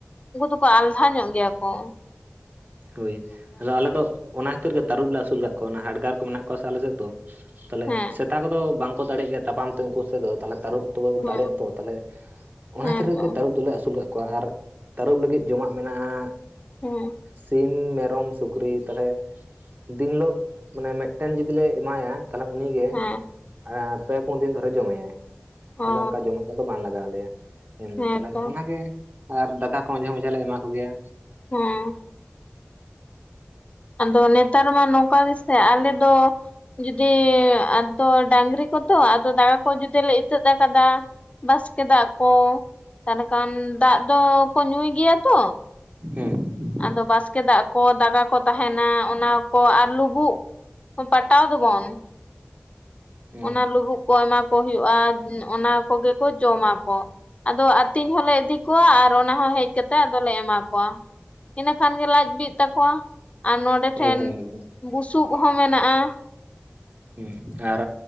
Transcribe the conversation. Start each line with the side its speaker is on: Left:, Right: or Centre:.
Left: ᱩᱱᱠᱩ ᱫᱚᱠᱚ ᱟᱞᱡᱷᱟ ᱧᱚᱜ ᱜᱮᱭᱟ ᱠᱚ
Right: ᱦᱳᱭ ᱟᱫᱚ ᱟᱞᱮ ᱫᱚ ᱚᱱᱟ ᱠᱷᱟᱹᱛᱤᱨ ᱜᱮ ᱛᱟᱹᱨᱩᱵ ᱞᱮ ᱟᱹᱥᱩᱞ ᱠᱟᱫ ᱠᱚᱣᱟ ᱚᱱᱟ ᱦᱟᱰᱜᱟᱨ ᱠᱚ ᱢᱮᱱᱟᱜ ᱠᱚᱣᱟ ᱥᱮ ᱟᱞᱮ ᱥᱮᱫ ᱫᱚ ᱛᱟᱞᱦᱮ
Left: ᱦᱮᱸ
Right: ᱥᱮᱛᱟ ᱠᱚᱫᱚ ᱵᱟᱝ ᱠᱚ ᱫᱟᱲᱮᱜ ᱜᱮᱭᱟ ᱛᱟᱯᱟᱢ ᱛᱮ ᱩᱝᱠᱩ ᱥᱟᱛᱮ ᱫᱚ ᱛᱟᱞᱦᱮ ᱛᱟᱹᱨᱩᱵ ᱛᱚ
Left: ᱦᱮᱸ
Right: ᱫᱟᱲᱮᱜ-ᱟ ᱛᱚ ᱛᱟᱦᱚᱞᱮ ᱚᱱᱟ
Left: ᱦᱮᱸ
Right: ᱠᱷᱟᱹᱛᱤᱨ
Left: ᱛᱚ
Right: ᱜᱮ ᱛᱟᱹᱨᱩᱯ ᱫᱚᱞᱮ ᱟᱹᱥᱩᱞ ᱠᱟᱜ ᱠᱚ ᱠᱚᱣᱟ ᱟᱨ ᱛᱟᱹᱨᱩᱵ ᱞᱟᱹᱜᱤᱫ ᱡᱚᱢᱟᱜ ᱢᱮᱱᱟᱜ-ᱟ‌
Left: ᱦᱩᱸ
Right: ᱥᱤᱢ ᱢᱮᱨᱚᱢ ᱥᱩᱠᱨᱤ ᱛᱟᱦᱞᱮ ᱫᱤᱱ ᱦᱤᱞᱳᱜ ᱢᱟᱱᱮ ᱢᱮᱫᱴᱮᱱ ᱡᱩᱫᱤ ᱞᱮ ᱮᱢᱟᱭᱟ ᱛᱟᱦᱞᱮ ᱩᱱᱤ ᱜᱮ
Left: ᱦᱮᱸ
Right: ᱮᱸ ᱯᱮ ᱯᱩᱱ ᱫᱤᱱ ᱫᱷᱚᱨᱮ ᱡᱚᱢᱮᱭᱟᱭ
Left: ᱚ
Right: ᱛᱟᱦᱞᱮ ᱚᱝᱠᱟ ᱡᱚᱢᱟᱜ ᱠᱚᱫᱚ ᱵᱟᱝ ᱞᱟᱜᱟᱣ ᱟᱞᱮᱭᱟ ᱮᱢ
Left: ᱦᱮᱸ
Right: ᱫᱚ ᱛᱟᱦᱞᱮ
Left: ᱛᱚ
Right: ᱚᱱᱟᱜᱮ ᱟᱨ ᱫᱟᱠᱟ ᱠᱚ ᱢᱟᱡᱷᱮ ᱢᱟᱡᱷᱮ ᱞᱮ ᱮᱢᱟ ᱠᱚᱜᱮᱭᱟ
Left: ᱦᱚᱸ ᱟᱫᱚ ᱱᱮᱛᱟᱨ ᱢᱟ ᱱᱚᱝᱠᱟ ᱜᱮᱥᱮ ᱟᱞᱮ ᱫᱚ ᱡᱩᱫᱤ ᱟᱫᱚ ᱰᱟᱝᱨᱤ ᱠᱚᱫᱚ ᱟᱫᱚ ᱫᱟᱠᱟ ᱠᱚ ᱡᱚᱫᱤ ᱞᱮ ᱤᱛᱟᱹᱫ ᱟᱠᱟᱫᱟ ᱵᱟᱥᱠᱮ ᱫᱟᱜ ᱠᱚ ᱛᱟᱦᱚᱞᱮ ᱠᱷᱟᱱ ᱫᱟᱜ ᱫᱚᱠᱚ ᱧᱩᱭ ᱜᱮᱭᱟ ᱛᱚ
Right: ᱦᱩᱸ
Left: ᱟᱫᱚ ᱵᱟᱥᱠᱮ ᱫᱟᱜ ᱠᱚ ᱫᱟᱠᱟ ᱠᱚ ᱛᱟᱦᱮᱱᱟ ᱚᱱᱟ ᱠᱚ ᱟᱨ ᱞᱩᱵᱩᱜ ᱦᱚᱸ ᱯᱟᱴᱟᱣ ᱫᱚᱵᱚᱱ
Right: ᱦᱩᱸ
Left: ᱚᱱᱟ ᱞᱩᱵᱩᱜ ᱠᱚ ᱮᱢᱟ ᱠᱚ ᱦᱩᱭᱩᱜᱼᱟ ᱚᱱᱟ ᱠᱚᱜᱮ ᱠᱚ ᱡᱚᱢᱟᱠᱚ ᱟᱫᱚ ᱟᱹᱛᱤᱧ ᱦᱚᱸᱞᱮ ᱤᱫᱤ ᱠᱚᱣᱟ ᱟᱨ ᱚᱱᱟ ᱦᱚᱸ ᱦᱮᱡ ᱠᱟᱛᱮᱜ ᱟᱫᱚᱞᱮ ᱮᱢᱟ ᱠᱚᱣᱟ ᱤᱱᱟᱹ ᱠᱷᱟᱱᱜᱮ ᱞᱟᱡ ᱵᱤᱜ ᱛᱟᱠᱚᱣᱟ ᱟᱨ ᱱᱚᱸᱰᱮ ᱴᱷᱮᱱ
Right: ᱮᱠᱫᱚᱢ ᱮᱠᱫᱚᱢ
Left: ᱵᱩᱥᱩᱵ ᱦᱚᱸ ᱢᱮᱱᱟᱜᱼᱟ
Right: ᱦᱩᱸ, ᱟᱨ